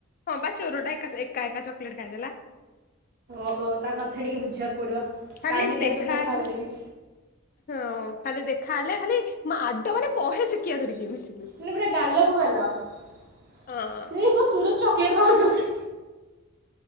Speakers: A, on the left (about 45°); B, on the right (about 55°).
A: ହଁ ବା ଚୋରଟା ଏକା ଏକା ଏକା ଚକଲେଟ ଖାଇ ଦେଲା।
B: ଓହୋ ତା କଥା ଟିକେ ବୁଝିବାକୁ ପଡିବ
A: ଖାଲି
B: କାଲି ତା ସହିତ ଦେଖା
A: ହେଲେ
B: କରିବି।
A: ହଁ ଖାଲି ଦେଖା ହେଲେ ଖାଲି ମାଡ ମାନେ ବହେ ଶିଖିବା ଧରିକି ମିଶିକି।
B: ମାନେ ପୁରା ଗାଲକୁ ଗାଲ ଏକ
A: ହଁ
B: ସୁରଜ ଚକୋଲେଟ୍ ବାହାର କଲାଣି।